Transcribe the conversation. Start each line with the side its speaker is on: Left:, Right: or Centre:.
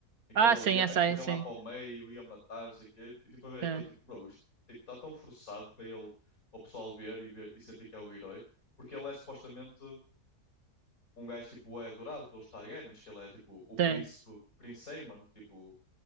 Left: aquele
Right: Ah,
Left: ali
Right: sim,
Left: a
Right: é, sim,
Left: correr
Right: sim,
Left: lá para o meio, e a matar, não sei o quê, e, tipo, a ver aquele,
Right: sim,
Left: tipo, bro, isto, tipo, está tão forçado para ele, para o pessoal ver e, ver e sentir que é o herói, porque ele é supostamente um gajo, tipo, é adorado pelos Targaryens, que ele é, tipo, o príncipe,
Right: sim.
Left: Prince Aemon, tipo